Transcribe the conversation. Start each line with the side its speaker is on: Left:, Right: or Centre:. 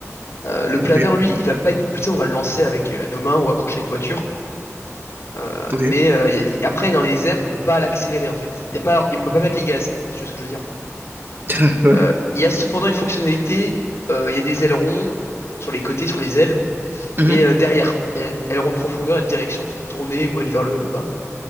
Left: Euh, le planeur,
Right: Ok,
Left: lui, il va pas être propulsé, on va le lancer avec euh, nos mains ou accrocher à une voiture. Euh,
Right: ok.
Left: mais euh, y a- y- après, dans les airs, on peut pas l'accélérer, en fait. Y a pas... On peut pas mettre les gaz, c'est ce que je veux dire.
Right: <laughs> Ouais.
Left: Euh, il y a cependant une fonctionnalité, euh, il y a des ailerons sur les côtés, sur les ailes,
Right: Mhm,
Left: et euh, derrière, il y a un aileron de profondeur et de direction pour tourner ou aller vers le haut et le bas.